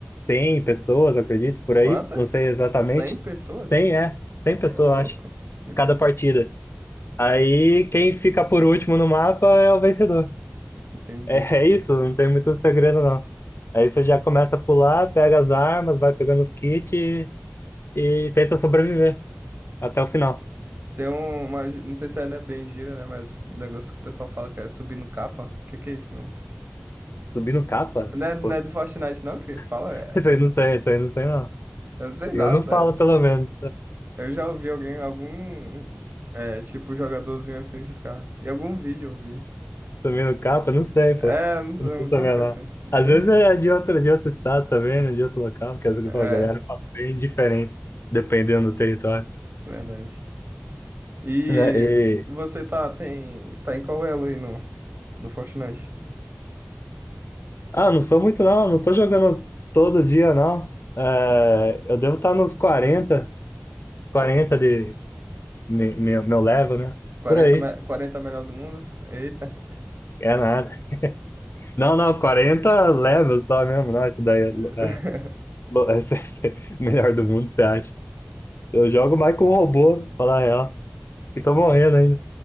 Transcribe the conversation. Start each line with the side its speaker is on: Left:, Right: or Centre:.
Left: 100 pessoas, eu acredito, por
Right: Quantas?
Left: aí. Não sei exatamente.
Right: 100 pessoas?
Left: 100, é. 100 pessoas,
Right: Ô, louco.
Left: eu acho.
Right: Muita
Left: Cada
Right: gente.
Left: partida. Aí quem fica por último no mapa é o vencedor. <laughs>
Right: Entendi.
Left: É, é isso, não tem muito segredo, não. Aí você já começa a pular, pega as armas, vai pegando os kits e, e tenta sobreviver até o final.
Right: Tem um- uma. Não sei se ainda é bem gira, né? Mas um negócio que o pessoal fala que é subir no capa. O que que é isso mesmo?
Left: Subindo capa?
Right: Não é, não
Left: Pô,
Right: é do Fortnite, não? Que fala.
Left: <laughs>
Right: É,
Left: isso aí não tem, isso aí não tem, não.
Right: eu sei
Left: Eu
Right: lá.
Left: não falo,
Right: é,
Left: pelo menos.
Right: Eu já ouvi alguém, algum. É, tipo, jogadorzinho assim que ficava. Em algum vídeo eu ouvi.
Left: Subindo capa? Não sei,
Right: É,
Left: pô. Eu
Right: não sei,
Left: Não tô
Right: alguma
Left: sabendo
Right: coisa
Left: lá.
Right: assim.
Left: Às
Right: Enfim.
Left: vezes é de outro, de outro estado também, né? De outro local, porque às vezes,
Right: É,
Left: pô, a galera fala bem diferente, dependendo do território.
Right: verdade. E
Left: né? E...
Right: você tá, tem, tá em qual elo aí no, no Fortnite?
Left: Ah, não sou muito não, não tô jogando todo dia não. É, eu devo estar nos quarenta quarenta de me- meu, meu level, né?
Right: quarenta
Left: Por aí,
Right: me- 40 melhor do mundo? Eita.
Left: é nada. Não, não, 40 level só mesmo, não, isso daí
Right: <laughs>
Left: é, lo- é, lo- <laughs> esse é o melhor do mundo, você acha? Eu jogo mais com um robô, falar a real, que tô morrendo ainda.